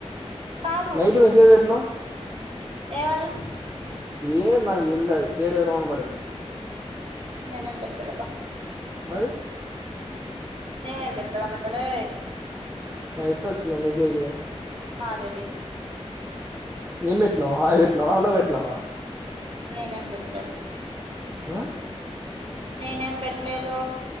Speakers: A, on the right; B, on the right.
A: కాదు
B: నైట్ మెసేజ్ పెట్టనవ్
A: ఏమని
B: ఏ నగ్ తెల్దయి డేటా ఎవ్రివన్ పడింది
A: నేనేం పెట్లేదబా
B: మరి
A: నేన్ ఏం పెట్లేదమ్ మ తలే
B: మరి ఎట్టు వచ్చింది ఆ మెసేజు
A: నాదేబి
B: ఏం పెట్టినావ్ హాయ్ పెట్టినావా హలో పెట్టినావా
A: నేనేం పెట్లేద్
B: హ
A: నేనేం పెట్టలేదు